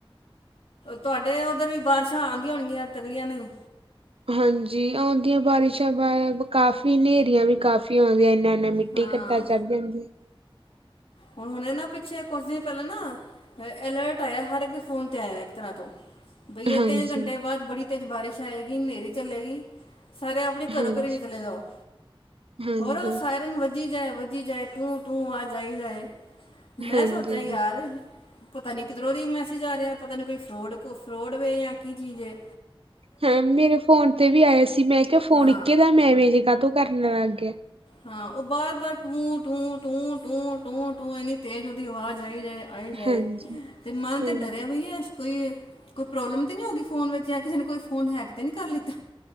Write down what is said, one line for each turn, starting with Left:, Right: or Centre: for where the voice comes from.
Left: ਤੁਹਾਡੇ ਉੱਧਰ ਵੀ ਬਾਰਿਸ਼ਾਂ ਆਂਦੀਆਂ ਹੋਣਗੀਆਂ ਤਗੜੀਆਂ ਨਈ।
Right: ਹਾਂਜੀ, ਆਉਂਦੀਆਂ ਬਾਰਿਸ਼ਾਂ ਬਾ ਕਾਫ਼ੀ ਨੇਰੀਆਂ ਵੀ ਕਾਫ਼ੀ ਆਉਂਦੀਆਂ, ਇਹਨਾਂ ਨੇ ਮੈ ਮਿੱਟੀ
Left: ਹਾਂ
Right: ਘੱਟਾ ਚੜ ਜਾਂਦੀ ਐ।
Left: ਹੁਣ ਹੁਣੇ ਨਾ ਪਿੱਛੇ ਕੁਛ ਦਿਨ ਪਹਿਲਾਂ ਨਾ ਅਲਰਟ ਆਇਆ ਹਰ ਇੱਕ ਫੋਨ ਤੇ ਆਇਆ, ਇੱਕ ਤਰ੍ਹਾਂ ਤੋਂ ਬਈ ਐ
Right: ਹਾਂਜੀ
Left: ਤਿੰਨ ਘੰਟੇ ਬਾਅਦ ਬੜੀ ਤੇਜ਼ ਬਾਰਿਸ਼ ਆਏਗੀ, ਨ੍ਹੇਰੀ ਚੱਲੇਗੀ। ਸਾਰੇ ਆਪਣੇ ਘਰੋਂ
Right: ਹਾਂਜੀ
Left: ਘਰੀ ਵੀ ਚਲੇ ਜਾਓ,
Right: ਹਾਂਜੀ
Left: ਹੋਰ ਉਹ ਸਾਇਰਨ ਵ ਵੱਜੀ ਜਾਏ-ਵੱਜੀ ਜਾਏ, ਟੂੰ-ਟੂੰ ਆ ਜਾਈ ਜਾਏ, ਮੈਂ
Right: ਹਾਂਜੀ
Left: ਸੋਚਾਂ ਯਾਰ ਪਤਾ ਨੀ ਕਿਧਰੋਂ ਦੀ ਮੈਸੇਜ ਆ ਰਿਹਾ, ਪਤਾ ਨਹੀਂ ਕੋਈ ਫਰੋਡ-ਫਰੋਡ ਵੇ ਜਾਂ ਕੀ ਚੀਜ਼ ਏ।
Right: ਹਾਂ ਮੇਰੇ ਫੋਨ ਤੇ ਵੀ ਆਏ ਸੀ, ਮੈਂ ਕਿਹਾ ਫੋਨ
Left: ਹਾਂ
Right: ਇੱਕੇ ਦਮ ਐਵੇਂ ਜੇ ਕਾਹਤੋਂ ਕਰਨ ਲੱਗ ਗਿਆ।
Left: ਹਾਂ, ਉਹ ਵਾਰ-ਵਾਰ ਟੂੰ-ਟੂੰ-ਟੂੰ-ਟੂੰ-ਟੂੰ-ਟੂੰ ਏਨੀ ਤੇਜ ਓਹਦੀ ਆਵਾਜ਼ ਆਈ ਜਾਏ। ਆਏ ਜਾਏ,
Right: ਹਾਂਜੀ
Left: ਤੇ ਮਨ ਤੇ
Right: ਹਾਂਜੀ
Left: ਡਰਿਆ ਵੀ ਐ ਕੋਈ ਕੋਈ ਪ੍ਰੋਬਲਮ ਤੇ ਨੀ ਹੋ ਗਈ ਫੋਨ ਵਿੱਚ, ਜਾਂ ਕਿਸੇ ਨੇ ਕੋਈ ਫੋਨ ਹੈਕ ਤੇ ਨਹੀਂ ਕਰ ਲਿੱਤਾ।